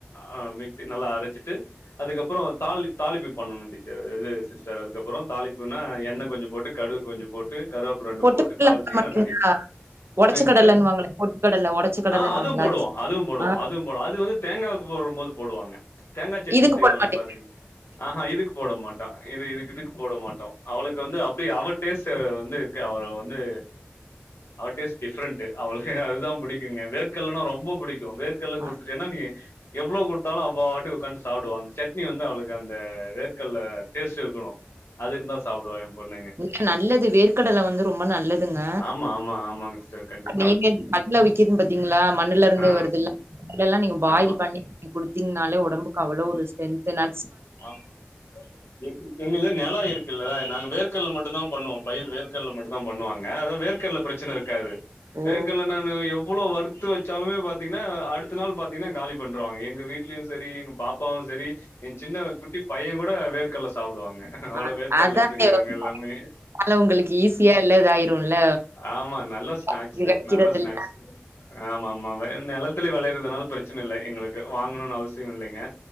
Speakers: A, on the left; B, on the right.
A: ஆ மிக்சி நல்லா அரச்சுட் ட்டு அதுக்கப்பற தாளிப் தாளிப்பி பண்ணணு டீச்சர் இது சிஸ்டர் அதுக்கப்பற தாளிப்புனா எண்ணெ கொஞ்ச போட்டு கடுகு கொஞ்ச போட் கருவேப்பில ரெண்டு
B: பொட்டுக்கடல
A: போட்டு தாள்ச்சீங்கனா
B: போட மாட்டீங்களா?
A: ரெடி
B: ஒடச்ச
A: நெஸ்ட்டு
B: கடலன்னுவாங்களே பொட்டுக்கடல ஒடச்ச கடலன்னுவாங்கல்ல
A: ஆ அது போடுவோ அதுவு போடுவோ
B: ஆ
A: அதுவு போடு அது வந்து தேங்காவுக்கு போ போட்றம் போது போடுவாங்க தேங்கா சட்னி
B: இதுக்கு
A: செய்வாங்க
B: போட மாட்டீங்க
A: பாருங்க நீ ஆ ஹா இதுக்கு போட மாட்டோ இது இதுக்கு இதுக்கு போட மாட்டோ அவளுக்கு வந்து அப்டி அவ டேஸ்ட்டு இப்ப வந்து க அவர வந்து அவ டேஸ்ட் டிஃப்ரெண்ட்டு அவள்க்கே அதுதா புடிக்குங்க வேர்கட்ல்னா ரொம்ப புடிக் கு வேர்கட்ல குடுத்துடேனா
B: அ
A: நீ எவ்ளோ குடுத்தாலு அவபாட்டுக்கு ஒக்காந்து சாப்டுவாங்க அந்த சட் ட்னி வந்து அவளுக்கு அந்த வேர்கட்ல டேஸ்ட் இருக்கணு அது இருந்தா சாப்டுவா எ பொண்ணு
B: ஏங்க நல்லது வேர்க்கடல வந்து ரொம்ப நல்லதுங்க
A: ஆமா ஆமா ஆமாங்க சிஸ்டர் கண்டிப்பா
B: நீங்கன் கட்ல விக்குதுன் பாத்தீங்ளா மண்ணுல இருந்தே
A: ஆ
B: வருதுல்ல முன்னலா ஆ நீங்க பாயில்
A: ஆமா
B: பண்ணி குடுத்தீங்கனாலே ஒடம்புக்கு அவ்வளோ ஒரு ஸ்டென்து நா
A: ஆமா சிஸ்டர் எங்க நில இருக்குல்ல நாங்க வே க்கல்ல மட்டு தா பண்ணுவோ பயிர் வேர்க்கல்ல மட்டு தா பண்ணுவாங்க அதா வேர்கல்ல பிரச்சன இருக்காது
B: ஓ
A: வேர்கல்ல நானு எவ்ளோ வருத் த்து வச்சாலுமே பாத்தீங்கன்னா அடுத்த நாள் பாத்தீங்கன்னா காலி பண்ருவாங்க எங்க வீட்லயு சரி எங்க பாப்பாவு சரி எ சின்ன குட்டி பைய கூட வேர்கல்ல சாப்புடுவாங்க அவ்ளோ
B: அ
A: வேர்க்கல்ல
B: அதானே
A: பிரியருங்க எல்லாமே
B: அதனால உங்களுக்கு ஈஸியா இல்ல இதாயிரும்ல
A: ஆமா நல்ல ஸ்நாக்ஸு
B: ஆட்டுக்கு கெடைக்கிறது
A: நல்ல ஸ்நாக்ஸ்
B: இல்ல
A: ஆமா ஆமா நெலத்துலே வெளையறதுனால பிரச்சன இல்ல எங்களுக்கு வாங்கணும்னு அவசியோ இல்லைங்க